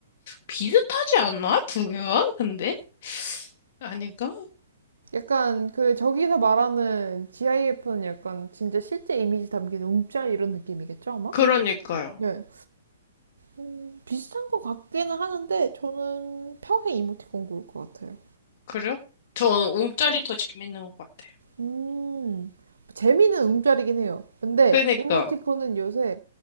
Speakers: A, on the left; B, on the right.
A: 비슷하지 않나? 두 개가? 근데? 아닌가?
B: 약간 그 저기서 말하는 GIF는 약간 진짜 실제 이미지 담긴 움짤 이런 느낌이겠죠, 아마?
A: 그러니까요.
B: 네. 음, 비슷한 것 같기는 하는데 저는 평생 이모티콘 고를 것 같아요.
A: 그래요? 저는 움짤이 더 재밌는 것 같아요.
B: 음, 재미는 움짤이긴 해요. 근데
A: 그러니까,
B: 이모티콘은 요새